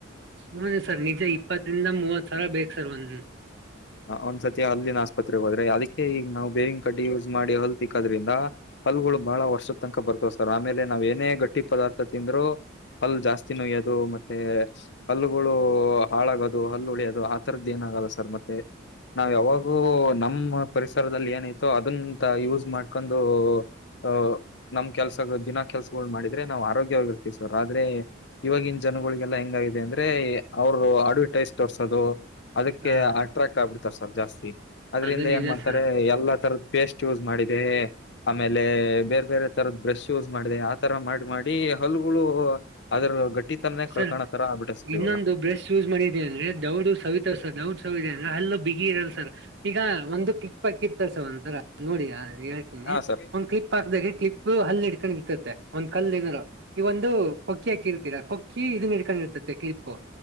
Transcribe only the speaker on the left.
ಒಂದ್ ಸತಿ ಅಲ್ಲಿನ ಆಸ್ಪತ್ರೆಗೆ ಹೋದ್ರೆ ಅದಕ್ಕೆ ಈಗ ನಾವು ಬೇವಿನ ಕಡ್ಡಿ ಯೂಸ್ ಮಾಡಿ ಹಲ್ಲ ತಿಕ್ಕೋದ್ರಿಂದ ಹಲ್ಗಳು ಬಳ ವರ್ಷದ ತನಕ ಬರ್ತ್ ಸರ್ ಆಮೇಲೆ ನಾವ್ ಏನೇ ಗಟ್ಟಿ ಪದಾರ್ಥ ತಿಂದ್ರು ಹಲ್ಲ ಜಾಸ್ತಿ ನೋಯ್ಯದು ಮತ್ತೆ ಹಲ್ಲುಗಳು ಹಾಳಾಗೋದು ಹಲ್ಲ ಉಳಿಯೋದು ಆತರದ್ದ ಏನ ಆಗಲ್ಲ ಸರ್ ಮತ್ತೆ ನಾವ ಯಾವಾಗೂ ನಮ್ಮ ಪರಿಸರದಲ್ಲಿ ಏನೈತೋ ಅದಂತ ಯೂಸ್ ಮಾಡ್ಕೊಂಡು ಹ ನಮ್ಮ ಕೆಲ್ಸಗಳು ದಿನಾ ಕೆಲ್ಸಗಳ ಮಾಡಿದ್ರೆ ನಾವ್ ಆರೋಗ್ಯವಾಗಿರ್ತೀವಿ ಸರ್ ಆದ್ರೆ ಇವಾಗಿನ ಜನಗಳಿಗೆಲ್ಲ ಹೆಂಗಾಗಿದೆ ಅಂದ್ರೆ ಅವರು ಅಡ್ವರ್ಟೈಸ್ ತೋರ್ಸೋದು. ಅದಕ್ಕೆ
ಅಟ್ರಾಕ್ಟ್ ಆಗ್ಬಿಡ್ತಾರ ಸರ್ ಜಾಸ್ತಿ ಅದ್ರಿಂದ
ಏನ್ ಮಾಡ್ತಾರೆ
ಎಲ್ಲಾ ತರದ ಎಸ್ಟ್ ಯೂಸ್ ಮಾಡಿದೆ. ಮೇಲೆ ಬೇರೆ ಬೇರೆ ತರದ ಬ್ರಶ್ ಯೂಜ ಮಾಡಿದೆ ಆತರ ಮಾಡಿ ಮಾಡಿ ಹಲ್ಲಗಳು ಅದ್ರ ಗಟ್ಟಿ ತನೇ
ಕಳ್ಕೋತರ ಆಬಿಟ್ಟತ ಸರ್
ಇವಾಗ
ಹಾ ಸರ್